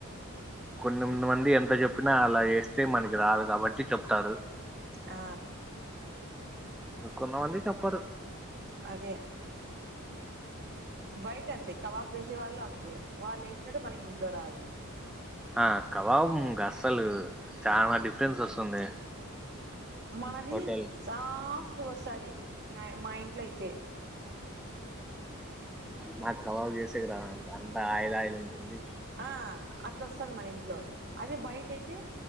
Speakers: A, in the centre; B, on the right.
A: కొన్నిది మంది ఎంత చెప్పినా అలా వేస్తే మనకి రాదు కాబట్టి చెప్తారు
B: ఆ
A: కొంతమంది చెప్పారు
B: అదే బయట అంతే కబాబ్ వేసే వాళ్ళు అంతే వాళ్ళు వేసినట్టు మనకి ఇంట్లో రాదు
A: ఆ కబాబు గ అస్సలు చాలా డిఫరెన్స్ వస్తుంది
B: మనది
A: హోటల్
B: సాఫ్ట్ వస్తది మా మా ఇంట్లో అయితే
A: మాకు కవాబు చేసేకి రాదంట అంత ఆయిల్ ఆయిల్ ఉంటుంది
B: ఆ అట్లాస్తంది మన ఇంట్లో అదే బయట అయితే